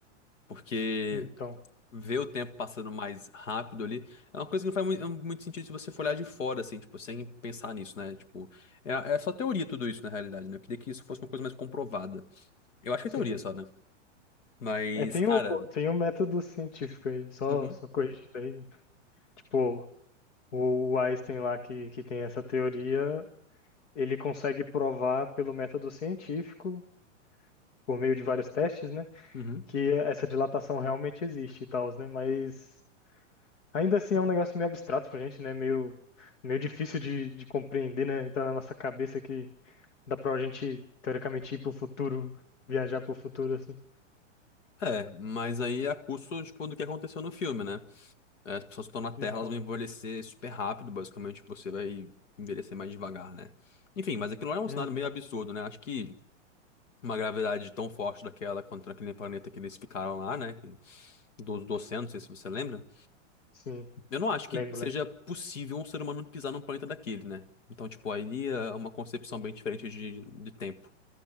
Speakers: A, on the left (about 85°); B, on the left (about 70°).
A: Porque.
B: então,
A: ver o tempo passando mais rápido ali, é uma coisa que não faz muito, muito sentido se você for olhar de fora, assim, tipo, sem pensar nisso, né? Tipo, é, é só teoria tudo isso, na realidade, né? Eu queria que isso fosse uma coisa mais comprovada. Eu acho que
B: sim.
A: é teoria só, né? Mas,
B: É, tem
A: cara.
B: o, tem o método científico aí, só,
A: Uhum,
B: só corrigindo aí. Tipo, o, o Einstein lá que, que tem essa teoria, ele consegue provar pelo método científico, por meio de vários testes, né?
A: uhum.
B: Que essa dilatação realmente existe e tal, né? Mas. Ainda assim é um negócio meio abstrato pra gente, né? Meio, meio difícil de, de compreender, né? Entrar na nossa cabeça que dá pra gente, teoricamente, ir pro futuro, viajar pro futuro, assim.
A: É, mas aí é a custo, tipo, do que aconteceu no filme, né? É, As pessoas que estão na Terra,
B: Então,
A: elas vão envelhecer super rápido, basicamente, você vai envelhecer mais devagar, né? Enfim, mas aquilo lá é um
B: uhum,
A: cenário meio absurdo, né? Acho que uma gravidade tão forte daquela contra aquele planeta que eles ficaram lá, né? do, do oceano, não sei se você lembra.
B: sim,
A: Eu não acho que
B: lembro,
A: seja
B: lembro.
A: possível um ser humano pisar num planeta daquele, né? Então, tipo, aí é uma concepção bem diferente de, de tempo,